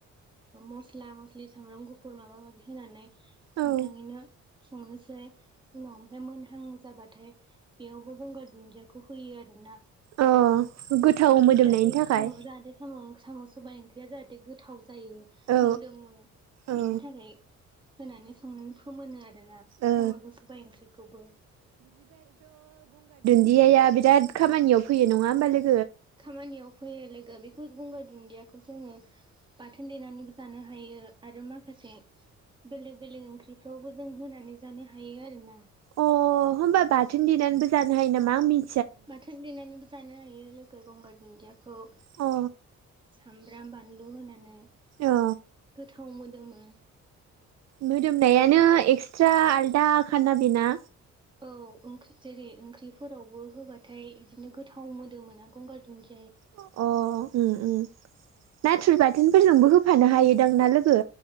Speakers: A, on the right (about 15°); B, on the right (about 60°).
A: मस्ला मस्लि सामब्राम गुफुर माबा माबि होनानै
B: औ
A: मोजाङैनो संनोसै उनाव ओमफफ्राय मोनहां जाबाथाय बेयावबो गंगार दुन्दियाखौ होयो आरोना
B: अ गोथाव मोदोमनायनि
A: जाहाथे
B: थाखाय
A: साम जाहाथे साम सबाइ ओंख्रिया जाहाथे गोथाव जायो
B: औ
A: मोदोमो
B: औ
A: बिनि थाखाय होनानै संनानै फोमोनो आरो <unintelligible> ना
B: ओ
A: साम'जों सबाय ओंख्रिखौबो
B: ए आइ मा बिराद खामानियाव फैयो नङा होमबा लोग
A: खामानियाव फैयो लोगो बेखौ गंगार दुन्दियाखौ जोङो बाथोन देनानैबो जानो हायो आरो माखासे बेलेग बेलेग ओंख्रिफ्रावबो जों होनानै जानो हायो आरोना
B: अ होमबा बाथोन दनानैबो जानो हायो नामा आं मि
A: माथो लिरनानैबो जानो हायो लोगो गंगार दुन्दियाखौ
B: अ
A: सामब्राम बानलु होनानै
B: अ
A: गोथाव मोदोमो
B: मोदोमनायानो एक्सट्रा आलदा खाना बेना?
A: औ ओंख्रि जेरै ओंख्रिफोरावबो होबाथाय बिदिनो गोथाव मोदोम मोना गंगार दुन्दि
B: अ ओम ओम नाथुर बाथोनफोरजोंबो होफानो हायोदां ना लोगो?